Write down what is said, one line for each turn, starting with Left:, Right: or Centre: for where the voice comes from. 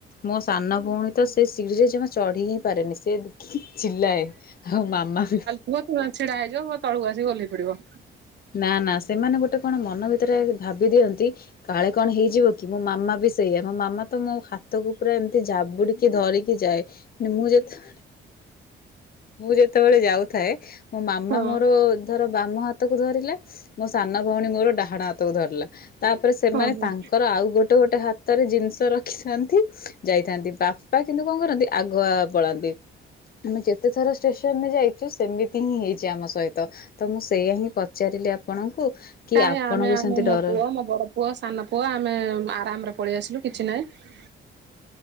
Left: ମୋ ସାନ ଭଉଣୀ ତ ସେ ଶିଡିି ରେ ଜମା ଚଢି ହିଁ ପାରେନି, ସେ ଚିଲାଏ ଆଉ ମାମା ବି
Right: ପୁଅ ଛିଡା ହେଇଯିବ, ପୁଅ ତଳକୁ ଆସିକି ଓଲ୍ହେଇ ପଡିବ।
Left: ନା-ନା ସେମାନେ ଗୋଟେ କଣ ମନ ଭିତରେ ଆଗେ ଭାବି ଦିଅନ୍ତି କାଳେ କଣ ହେଇଯିବ କି, ମୋ ମାମା ବି ସେଇଆ ମୋ ମାମା ତ ମୋ ହାତକୁ ପୁରା ଏମ୍ତି ଜାବୁଡିକି ଧରି କି ଯାଏ, ମାନେ ମୁଁ ଯେତ ମୁଁ ଯେତବଳେ ଯାଉଥାଏ ମୋ ମାମା
Right: ହଁ
Left: ମୋର ଧର ବାମ ହା ହାତକୁ ଧରିଲା ମୋ ସାନ ଭଉଣୀ ମୋର ଡାହାଣ ହାତକୁ ଧରିଲା, ତାପରେ ସେମାନେ
Right: ହଁ ହଁ
Left: ତାଙ୍କର ଆଉ ଗୋ ଗୋଟେ-ଗୋଟେ ହାତରେ ଜିନିଷ ରଖିଥାନ୍ତି ଯାଇଥାନ୍ତି, ବାପା କିନ୍ତୁ କଣ କରନ୍ତି ଆଗୁଆ ପଳାନ୍ତି। ଆମେ ଯେତେଥର ଷ୍ଟେସନରେ ଯାଇଛୁ ସେମିତି ହିଁ ହେଇଛି ଆମ ସହିତ, ତ ମୁଁ ସେଇଆ ହିଁ ପଚାରିଲି ଆପଣଙ୍କୁ। କି
Right: କାଇଁ
Left: ଆପଣଙ୍କୁ
Right: ଆମେ ଆମ
Left: ସେମିତି
Right: ମୋ
Left: ଡର
Right: ପୁଅ ମୋ ବଡ ପୁଅ ସାନ ପୁଅ ଆମେ ଆରାମ୍ ରେ ପଳେଇ ଆସିଲୁ କିଛି ନାହିଁ।